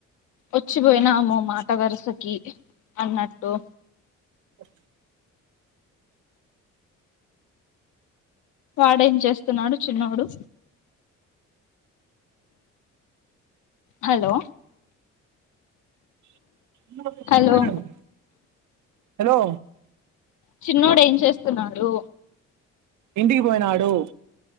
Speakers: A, on the left; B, on the right.
A: వచ్చిపోయినాము మాట వరుసకి అన్నట్టు
B: అఓ
A: వాడే చేస్తున్నాడు చిన్నడు హలో
B: పోయినారు
A: హలో
B: హలో
A: చిన్నోడు ఏం చేస్తున్నాడు
B: ఇంటికి పోయినాడు